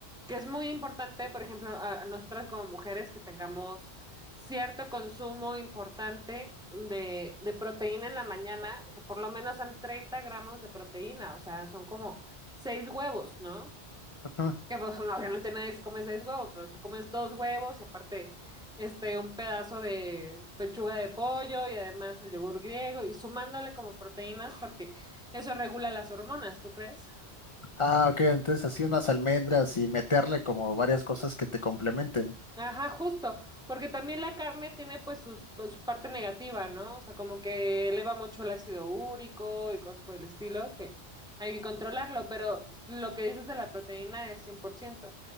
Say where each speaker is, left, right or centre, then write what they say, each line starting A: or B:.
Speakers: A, in the centre; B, on the left.
A: que es muy importante, por ejemplo, a, a nosotras como mujeres que tengamos cierto consumo importante de, de proteína en la mañana, que por lo menos son 30 gramos de proteína, o sea, son como seis huevos, ¿no?
B: ujú.
A: Que pues, <laughs> bueno, obviamente nadie se come seis huevos, pero te comes dos huevos y aparte este, un pedazo de pechuga de pollo y además el yogur griego y sumándole como proteínas porque eso regula las hormonas, ¿tú crees?
B: Ah, ok, entonces así unas almendras y meterle como varias cosas que te complementen.
A: Ajá, justo, porque también la carne tiene pues sus- pues, su parte negativa, ¿no? O sea, como que eleva mucho el ácido úrico y cosas por el estilo, que hay que controlarlo, pero lo que dices de la proteína es cien por ciento